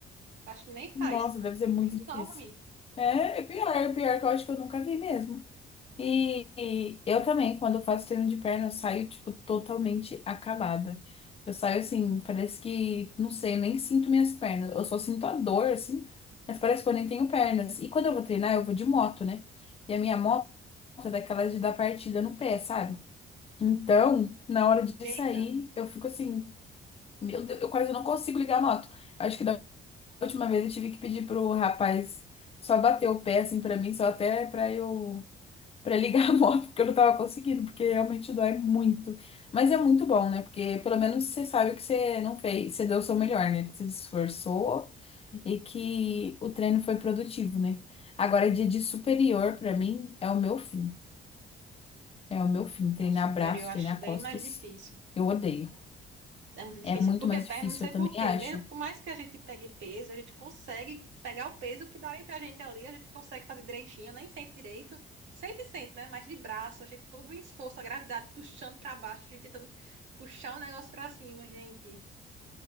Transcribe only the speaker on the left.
Nossa, deve ser muito
difícil.
É, é pior, é pior que eu acho que eu nunca vi mesmo. E, e eu também, quando eu faço treino de perna, eu saio, tipo, totalmente acabada. Eu saio assim, parece que, não sei, eu nem sinto minhas pernas. Eu só sinto a dor, assim, mas parece que eu nem tenho pernas. E quando eu vou treinar, eu vou de moto, né? E a minha moto é daquelas de dar partida no pé, sabe? Então, na hora de
sair, eu fico assim, meu Deus, eu quase não consigo ligar a moto. Acho que da última vez eu tive que pedir pro rapaz só bater o pé, assim, pra mim, só até pra eu Pra ligar a moto, porque eu não tava conseguindo, porque realmente dói muito. Mas é muito bom, né? Porque pelo menos você sabe que você não fez, você deu o seu melhor, né? Que você se esforçou e que o treino foi produtivo, né? Agora, dia de superior, pra mim, é o meu fim. É o meu fim. Treinar
braço,
treinar
costas,
eu odeio.
É muito
mais
difícil,
eu
também
acho.